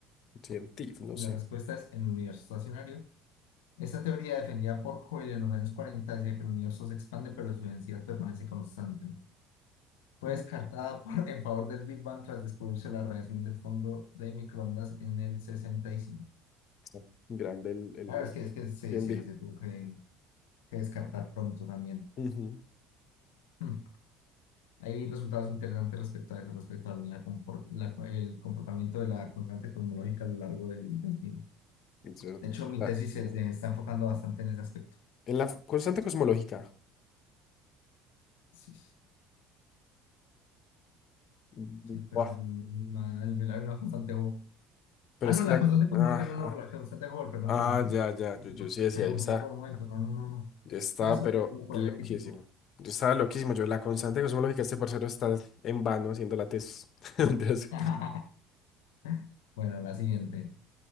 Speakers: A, on the left; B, on the left.
A: científico, no
B: Y
A: sé.
B: la respuesta es el universo estacionario. Esta teoría defendida por Hoyle en los años 40, decía que el universo se expande pero su densidad permanece constante. Fue
A: Mm.
B: descartada <laughs> por- en favor del Big Bang tras descubrirse la radiación del fondo de microondas en el 65.
A: Está Grande el, el
B: Claro, es que, es que se,
A: TNB.
B: se, se tuvo que que descartar pronto también.
A: Ujú,
B: Hmm. Hay resultados interesantes respecto a eso, respecto a la comport- la- el comportamiento de la constante cosmológica a lo largo del, del tiempo.
A: es verdad.
B: De hecho, mi
A: La-
B: tesis se, se está enfocando bastante en ese aspecto.
A: en la constante cosmológica.
B: Sí,
A: Mm,
B: sí, pues
A: buah,
B: el, una, el- la, la constante Hubble.
A: pero
B: Ah,
A: es
B: no,
A: que
B: la
A: la...
B: constante cosmológica,
A: Ah,
B: no,
A: ah,
B: no, la constante Hubble, perdón,
A: ah,
B: perdón, perdón.
A: ya, ya. Yo, yo sí decía,
B: Me confundí
A: yo estaba,
B: por un momento, no, no, no, no.
A: yo estaba,
B: No, eso
A: pero
B: es ejemplo por
A: loquísimo.
B: el crítico.
A: Yo estaba loquísimo. Yo, la constante cosmológica, este parcero está en vano haciendo la tesis. <laughs> Mentiras.
B: <laughs> Bueno, la siguiente.